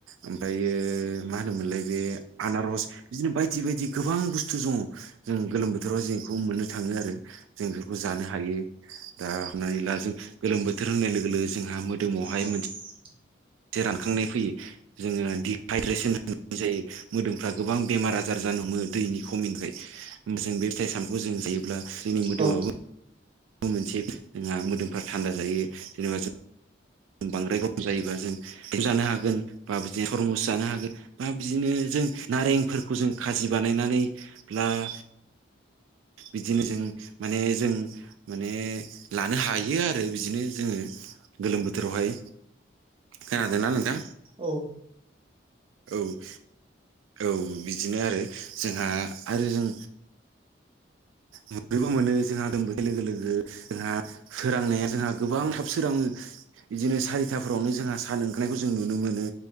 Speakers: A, on the right (about 85°); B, on the right (about 25°).
A: ओमफ्रायो मा होनोमोनलाय बे आनारस बिदिनो बायदि बायदि गोबां बुस्थु दङ जों गोलोम बोथोराव जों बेखौ मोननो थाङो आरो जों बेफोरखौ जानो हायो दा हमनानै ला जों गोलोम बोथोर होननाय लोगो लोगो जोंहा मोदोमाव
B: <unintelligible> <inaudible>
A: <unintelligible> <inaudible> से रानखांनाय फैयो जोङो दिहाइद्रेसन होनाय जायो मोदोमफ्रा गोबां बेमार आजार जा नो हमो दैनि खमिनिफ्राय जों बे फिथाइ सामखौ जों जायोब्ला जोंनि मोदोमाबो
B: औ
A: मोनसे जोंहा मोदोमफ्रा थान्दा जायो जेनेबा जों बांद्राय गम जायोबा जोंम जानो हागोन बा बिदिनो खरमस जानो हागोन बा बिदिनो जों नारेंफोरखौ जों खाजि बानायनानै ला- बिदिनो जों माने जों माने लानो हायो आरो बिदिनो जोङो गोलोम बोथोरावहाय खोनादोंना नोंथां
B: औ-
A: औ- औ- बिदिनो आरो जोंहा आरो जों मोनैबो मोनो जोंहाागोम बोर- लोगो लोगो जोंहा सोरांनाया जोंहा गोबां थाब सोरो बिदिनो सारिथावनो जोंहा सान ओंखारनायखौ जों नुनो मोनो